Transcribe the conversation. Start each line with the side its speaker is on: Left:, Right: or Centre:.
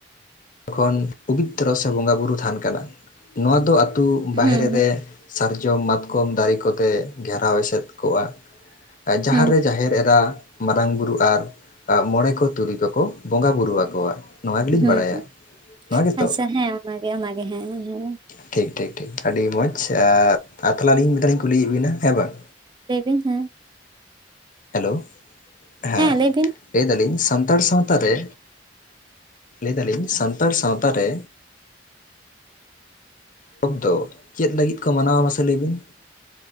Left: ᱡᱚᱠᱷᱚᱱ ᱯᱚᱵᱤᱛᱨᱚ ᱥᱮ ᱵᱚᱸᱜᱟ ᱵᱩᱨᱩ ᱛᱟᱱ ᱠᱟᱱᱟ᱾ ᱱᱚᱣᱟ ᱫᱚ ᱟᱛᱳ ᱵᱟᱦᱨᱮ
Right: ᱦᱩᱸ ᱦᱩᱸ
Left: ᱨᱮ ᱥᱟᱨᱡᱚᱢ, ᱢᱟᱛᱠᱚᱢ ᱫᱟᱨᱮ ᱠᱚᱛᱮ ᱜᱷᱮᱨᱟᱣ ᱮᱥᱮᱫ ᱠᱚᱜᱼᱟ᱾ ᱡᱟᱦᱮᱨ
Right: ᱦᱩᱸ
Left: ᱨᱮ ᱡᱟᱦᱮᱨ ᱮᱨᱟ ᱢᱟᱨᱟᱝ ᱵᱩᱨᱩ ᱟᱨ ᱢᱚᱬᱮ ᱠᱚ ᱛᱩᱨᱩᱭ ᱠᱚᱠᱚ ᱵᱚᱸᱜᱟ ᱵᱩᱨᱩ ᱟᱠᱚᱣᱟ, ᱱᱚᱣᱟ ᱜᱮᱞᱤᱧ
Right: ᱦᱩᱸ
Left: ᱵᱟᱲᱟᱭᱟ᱾
Right: ᱦᱩᱸ
Left: ᱱᱚᱣᱟ ᱜᱮᱛᱚ
Right: ᱟᱪᱪᱷᱟ ᱦᱮᱸ ᱚᱱᱟᱜᱮ ᱚᱱᱟᱜᱮ ᱦᱮᱸ ᱚᱱᱟᱜᱮ
Left: ᱴᱷᱤᱠ ᱴᱷᱤᱠ ᱴᱷᱤᱠ ᱟᱹᱰᱤ ᱢᱚᱸᱡᱽ ᱟᱨ ᱛᱟᱦᱚᱞᱮ ᱟᱹᱞᱤᱧ ᱢᱤᱫᱴᱟᱝ ᱞᱤᱧ ᱠᱩᱞᱤᱭᱮᱫ ᱵᱤᱱᱟ ᱦᱮᱸ ᱵᱟᱝ
Right: ᱞᱟᱹᱭ ᱵᱤᱱ ᱦᱮᱸ
Left: ᱦᱮᱞᱳ ᱦᱮᱸ
Right: ᱞᱟᱹᱭ ᱵᱤᱱ
Left: ᱞᱟᱹᱭ ᱫᱟᱞᱤᱧ ᱥᱟᱱᱛᱟᱲ ᱥᱟᱶᱛᱟ ᱨᱮ, ᱞᱟᱹᱭ ᱫᱟᱞᱤᱧ ᱥᱟᱱᱛᱟᱲ ᱥᱟᱶᱛᱟ ᱨᱮ ᱩᱯᱫᱚ ᱪᱮᱫ ᱞᱟᱹᱜᱤᱫ ᱠᱚ ᱢᱟᱱᱟᱣᱟ ᱢᱟᱥᱮ ᱞᱟᱹᱭ ᱵᱤᱱ